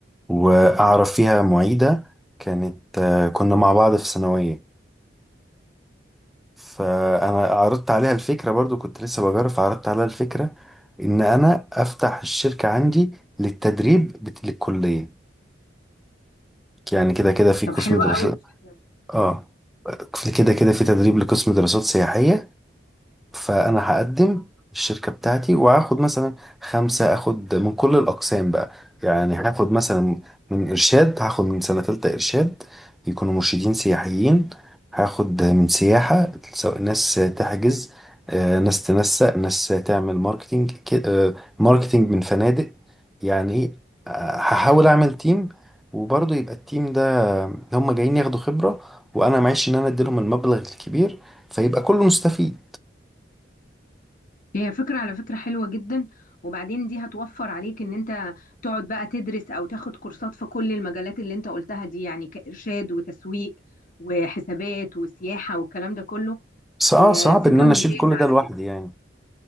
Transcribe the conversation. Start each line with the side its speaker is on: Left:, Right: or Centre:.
Centre: وأعرف فيها معيدة كانت آه كنا مع بعض في ثانوية فانا عرضت عليها الفكره برضو كنت لسه بجرب فعرضت عليها الفكره ان انا افتح الشركه عندي للتدريب بت- للكليه يعني كده كده في قسم
Left: طب حلوه
Centre: دراسات
Left: قوي الفكره دي.
Centre: اه كده كده في تدريب لقسم دراسات سياحيه فانا هقدم الشركه بتاعتي وهاخد مثلا خمسه اخد من كل الاقسام بقى يعني هاخد مثلا من ارشاد هاخد من سنه تالته ارشاد يكونوا مرشدين سياحيين هاخد من سياحه سواء ناس تحجز آه، ناس تنسق ناس تعمل ماركتينج ك- آه، ماركتينج من فنادق يعني ايه آه، هحاول اعمل تيم وبرضه يبقى التيم ده هم جايين ياخدوا خبره وانا معيش ان انا اديلهم المبلغ الكبير فيبقى كله مستفيد
Left: هي فكره على فكره حلوه جدا وبعدين دي هتوفر عليك ان انت تقعد بقى تدرس او تاخد كورسات في كل المجالات اللي انت قلتها دي يعني كارشاد وتسويق وحسابات وسياحه والكلام ده كله
Centre: بس اه
Left: آه،
Centre: صعب
Left: فكرة
Centre: ان انا
Left: ممتازة
Centre: اشيل كل
Left: على
Centre: ده لوحدي
Left: فكرة
Centre: يعني